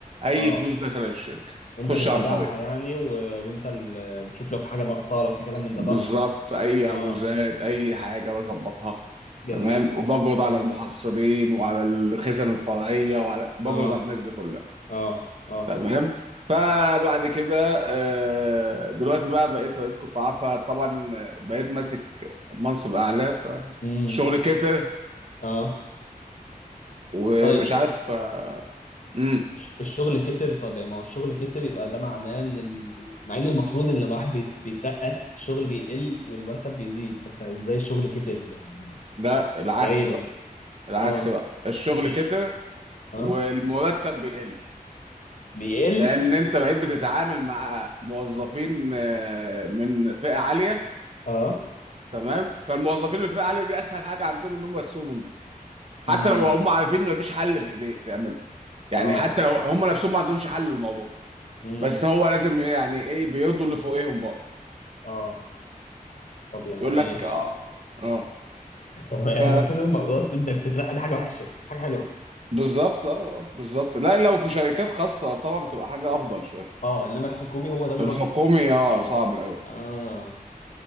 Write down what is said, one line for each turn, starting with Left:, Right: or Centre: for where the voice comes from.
Right: اي
Left: اه
Right: فلوس داخله الشركه
Left: انت
Right: خش
Left: بتتابعها
Right: عن طريق
Left: يعني و... وانت ال... بتشوف لو في حاجه ناقصه لو في كلام من ده
Right: بالظبط
Left: صح
Right: اي عجوزات
Left: اه
Right: اي حاجه بظبطها
Left: جميل
Right: تمام وبجرد
Left: اه
Right: على المحصلين وعلى الخزن الفرعيه وعلى بجرد
Left: اه
Right: على الناس دي كلها
Left: اه اه
Right: تمام فبعد كده آه، دلوقتي بقى بقيت رئيس قطاع فطبعا بقيت ماسك منصب اعلى
Left: امم
Right: فالشغل كتر
Left: اه
Right: ومش
Left: طيب
Right: عارف امم
Left: الش- الشغل كتر طب ما هو الشغل كتر يبقى ده معناه ان ال... ال- مع ان المفروض ان لما واحد بيت- بيترقى الشغل بيقل والمرتب بيزيد فانت ازاي الشغل كتر يعني
Right: ده العكس
Left: غريبة
Right: العكس
Left: اه
Right: بقى الشغل
Left: مش-
Right: كتر
Left: اه
Right: والمرتب بيقل
Left: بيقل
Right: لان انت بقيت بتتعامل مع موظفين آه، من فئه عاليه
Left: اه
Right: تمام فالموظفين اللي في فئه عاليه دي اسهل حاجه عندهم ان هم يخصموا منك حتى
Left: امم
Right: لو هم عارفين ان مفيش حل في ايديك تعمله يعني
Left: اه
Right: حتى لو هم نفسهم ما عندهمش حل للموضوع
Left: امم
Right: بس هو لازم يعني ايه بيرضوا اللي فوقيهم برضه
Left: اه طب يعني
Right: يقول لك
Left: ايه
Right: اه اه
Left: <laughs> طب يعني
Right: ف
Left: ما كده المرات انك تترقى دي حاجة وحشة مش حاجة حلوة
Right: بالظبط اه آه، بالظبط لا لو في شركات خاصه طبعا بتبقى حاجه افضل شويه
Left: اه انما الحكومي هو ده النظام
Right: الحكومي
Left: في الحكومة
Right: اه
Left: قصدك
Right: صعب قوي
Left: اه